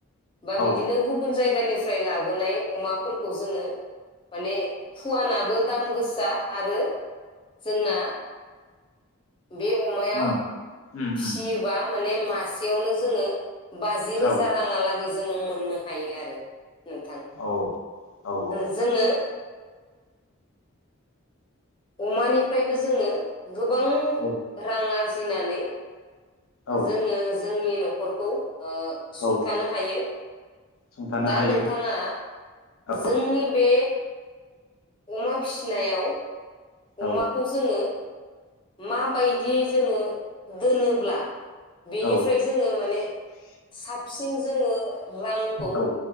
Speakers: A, on the left (about 20°); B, on the left (about 75°).
A: बा
B: औ
A: बिदिनो गुबुन जाय गानिफ्राय लाबोनाय अमाफोरखौ जोंङो माने फुवानाबो दाम गो सा आरो जोंना बे अमाया
B: उम उम
A: फिसियोबा
B: उम
A: माने मासेयावनो जोंङो बाजि रोजा
B: औ
A: राङालागै जोंङो मोननो हायो आरो। नोंथां
B: औ औ औ
A: ओ जोंङो अमानिफ्रायबो जोंङो गोबां
B: औ
A: रां आर फिसिनानै
B: औ
A: जोंङो जोंनि न'खरखौ ओ सुंथानो
B: औ
A: हायो
B: सुंथानो
A: दा
B: हायो
A: नोंथाङा जोंनि
B: औ
A: बे अमा फिसिनायाव अमाखौ
B: औ
A: जोंङो माबायदियै जोंङो दोनोब्ला बेनिफ्राय
B: औ
A: जोंङो माने साबसिन जोंङो रांखौ
B: औ